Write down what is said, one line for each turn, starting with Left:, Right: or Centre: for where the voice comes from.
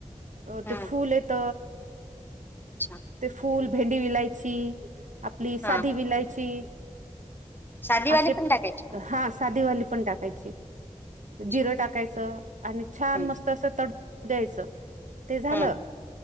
Right: अ
Left: हम्म
Right: ते फूल येत,,
Left: अच्छा
Right: ते फुल, भेंडी विलायची,, आपली
Left: हा
Right: साधी विलायची
Left: साधीवाली
Right: असे
Left: पण टाकायची का?
Right: हा साधीवाली पण टाकायची
Left: अच्छा
Right: जिरं टाकायचं आणि छान
Left: हम्म
Right: मस्त असं तडू द्यायचं ते झालं
Left: हम्म